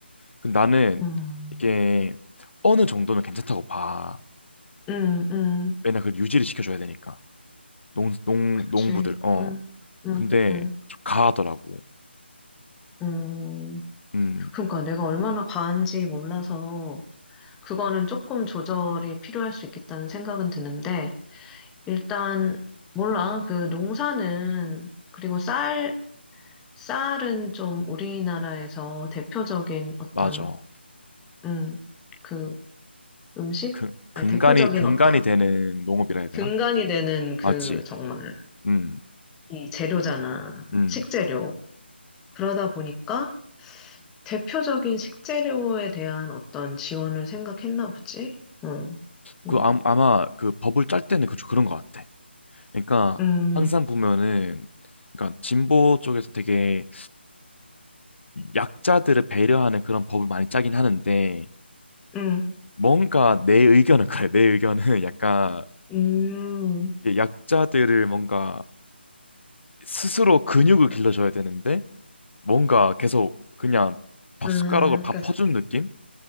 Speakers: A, on the left; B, in the centre.
A: 근데 나는
B: 음,
A: 이게 어느 정도는 괜찮다고 봐.
B: 음, 음,
A: 왜냐 그 유지를 시켜줘야 되니까 농 농
B: 그치.
A: 농부들. 어.
B: 음, 음,
A: 근데
B: 음.
A: 좀 가하더라고.
B: 음,
A: 음
B: 그러니까 내가 얼마나 과한지 몰라서 그거는 조금 조절이 필요할 수 있겠다는 생각은 드는데 일단 몰라. 그 농사는 그리고 쌀 쌀은 좀 우리나라에서 대표적인 어떤
A: 맞아.
B: 음, 그 음식?
A: 근
B: 아니
A: 근간이
B: 대표적인
A: 근간이
B: 어떤
A: 되는 농업이라 해야 되나?
B: 근간이 되는 그
A: 맞지.
B: 정말
A: 음
B: 이 재료잖아.
A: 음.
B: 식재료. 그러다 보니까 대표적인 식재료에 대한 어떤 지원을 생각했나 보지? 응,
A: 그
B: 응,
A: 아, 아마 그 법을 짤 때는 그 그런 것 같아. 그러니까
B: 음,
A: 항상 보면은 그러니까 진보 쪽에서 되게 약자들을 배려하는 그런 법을 많이 짜긴 하는데
B: 음,
A: 뭔가 내 의견은 <laughs> 그래. 내 의견은 <laughs> 약간
B: 음, 음,
A: 이게 약자들을 뭔가 스스로 근육을 길러줘야 되는데 뭔가 계속 그냥 밥
B: 아,
A: 숟가락으로 밥
B: 그러니까
A: 퍼주는 느낌?